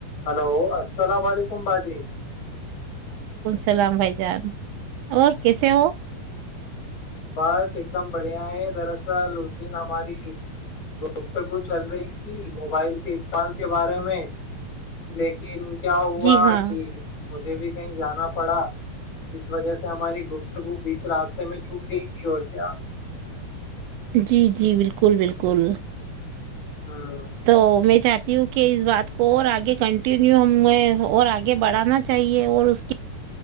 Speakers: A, on the left (about 45°); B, on the right (about 80°).
A: Hello اللام علیکم بھاجی
B: سلام بھائی جان اور کیسے ہو
A: بس ایک دم بڑھیا ہے دراصل اس دن ہماری گفتگو چل رہی تھی موبائل کے استعمال کے بارے میں لیکن کیا ہووا
B: جی ہاں
A: کہ مجھے بھی کہیں جانا پڑا اس وجہ سے ہماری گفتگو بیچ راستے میں چوٹ گئی تھی اور کیا
B: جی جی بالکل بالکل
A: ہوں، ہوں۔
B: تو میں چاہتی ہ کہ اس بات کو اور آگے کنٹینیو ہمیں اور آگے بڑھانا چاہیے اور اس کی